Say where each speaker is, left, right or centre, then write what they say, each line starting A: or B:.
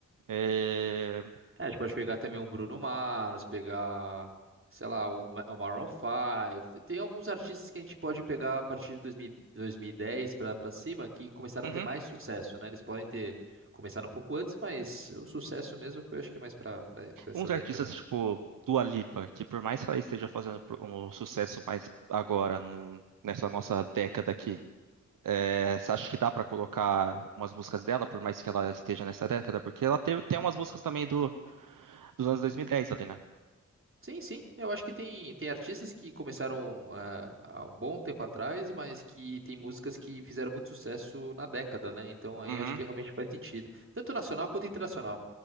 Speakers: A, on the right; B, on the right.
A: É,
B: É, a gente pode pegar também um Bruno Mars, pegar, sei lá, o Ma- o Maroon 5. Tem alguns artistas que a gente pode pegar a partir de 2000 2010 para para cima que começaram
A: uhum.
B: a ter mais sucesso, né? Eles podem ter começado um pouco antes, mas o sucesso mesmo foi acho que mais para para essa
A: Uns
B: década.
A: artistas tipo Dua Lipa, que por mais que ela esteja fazendo pro- um sucesso mais agora, no- nessa nossa década aqui, é,
B: Uhum.
A: você acha que dá pra colocar umas músicas dela, por mais que ela esteja nessa década? Porque ela teve, tem umas músicas também do, dos anos dois mil e dez ali, né?
B: Sim, sim. Eu acho que tem, tem artistas que começaram eh, há um bom tempo atrás, mas que tem músicas que fizeram muito sucesso na década, né? Então aí
A: Uhum.
B: acho que realmente faz sentido. Tanto nacional quanto internacional.